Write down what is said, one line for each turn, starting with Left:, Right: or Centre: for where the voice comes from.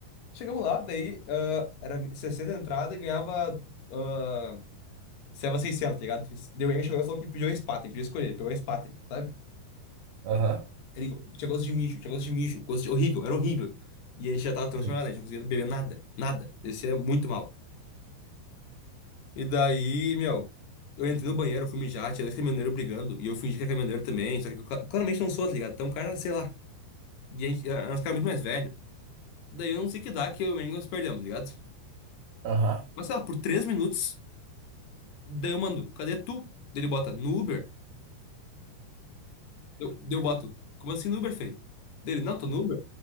Left: Chegamos lá, daí ah, era 60 entrada e ganhava. Uh, seiscentos tá ligado? Deu enche, o negócio falou que pediu a Spaten, pediu escolher, ele pegou a Spaten, sabe?
Right: Aham.
Left: Ele tinha gosto de mijo, tinha gosto de mijo, gosto de... horrível, era horrível. E a gente já tava transformado,
Right: Sim.
Left: a gente não conseguia beber nada, nada. Descia muito mal. E daí, meu, eu entrei no banheiro, fui mijar, tinha dois caminhoneiros brigando, e eu fingi que era caminhoneiro também, só que eu cla- claramente não sou, tá ligado? Então, o cara, sei lá, e a gente, é, era um cara muito mais velho. Daí eu não sei que dá que eu e o Engels perdemos, tá ligado?
Right: Aham.
Left: Mas sei lá, por três minutos, daí eu mando, cadê tu? Daí ele bota, no Uber? Eu, daí eu boto, como assim no Uber, feio? Dele, não, tô no Uber.